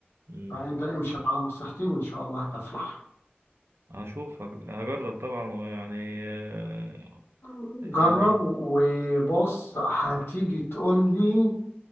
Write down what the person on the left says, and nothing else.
فانت امشي على نصيحتي وان شاء الله هتفلح
فجرب
وبص هتيجي تقول لي